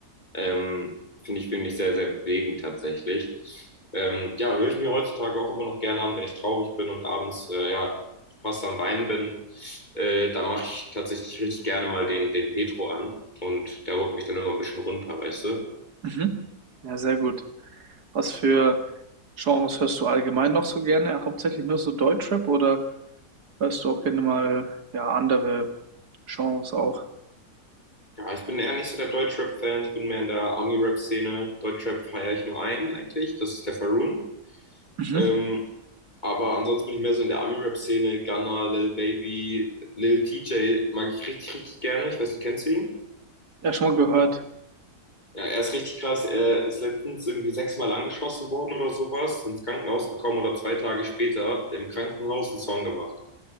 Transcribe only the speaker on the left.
ähm, finde ich, finde ich sehr, sehr bewegend tatsächlich. Ähm, ja, höre ich mir heutzutage auch immer noch gerne an, wenn ich traurig bin und abends, äh, ja, fast am Weinen bin. Äh, da mache ich tatsächlich richtig gerne mal den, den Petro an und der holt mich dann immer ein bisschen runter, weißt du?
Ja, ich bin eher nicht so der Deutschrap-Fan. Ich bin mehr in der Ami-Rap-Szene. Deutschrap feiere ich nur einen eigentlich. Das ist der Faroon.
Ähm, aber ansonsten bin ich mehr so in der Ami-Rap-Szene. Gunna, Lil Baby, Lil TJ mag ich richtig, richtig gerne. Ich weiß nicht, kennst du ihn?
Ja, er ist richtig krass. Er ist letztens irgendwie sechsmal angeschossen worden oder sowas, ins Krankenhaus gekommen oder zwei Tage später im Krankenhaus einen Song gemacht.